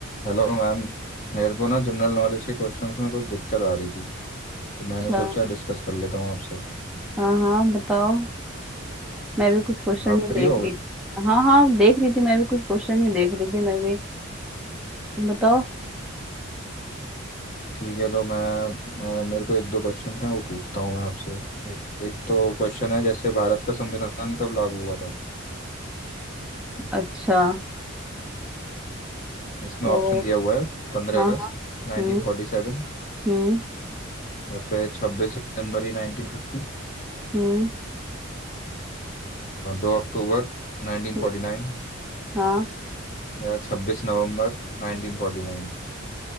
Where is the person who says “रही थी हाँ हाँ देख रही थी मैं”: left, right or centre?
Centre